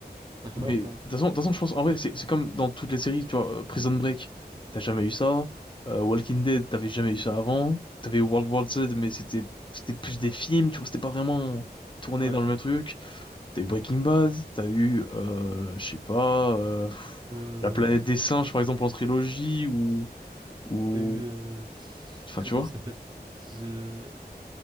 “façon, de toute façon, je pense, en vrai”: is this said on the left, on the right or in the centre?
Left